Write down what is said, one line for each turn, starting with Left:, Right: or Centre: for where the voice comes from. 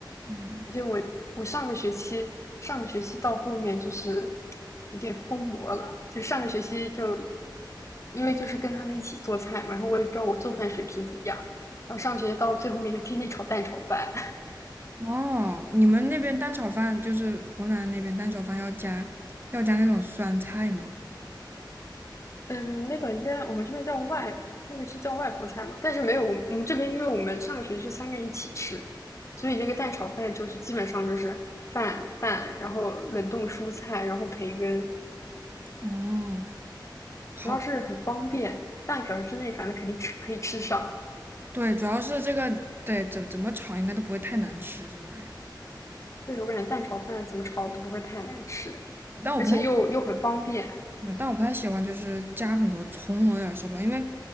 Right: 嗯。
Left: 而且我我上个学期上个学期到后面就是有点疯魔了，就上个学期就因为就是跟他们一起做菜嘛，然后我也不知道我做饭水平怎么样，然后上个学期到最后面就天天炒蛋炒饭，
Right: 哦，你们那边蛋炒饭就是湖南那边蛋炒饭要加要加那种酸菜吗？
Left: <laughs> 嗯，那个应该我们这边叫外，那个是叫外婆菜嘛，但是没有我们我们这边，因为我们上个学期是三个人一起吃，所以那个蛋炒饭就是基本上就是饭蛋，然后冷冻蔬菜，然后培根，
Right: 哦，好，
Left: 主要是很方便，半个小时之内反正肯定吃可以吃上。
Right: 对，主要是这个，对，怎怎么炒应该都不会太难吃这玩意儿。
Left: 对，我感觉蛋炒饭怎么炒都不会太难吃，
Right: 但我不太喜
Left: 而且又又很方便
Right: 欢，但我不太喜欢就是加很多葱，我有点受不了，因为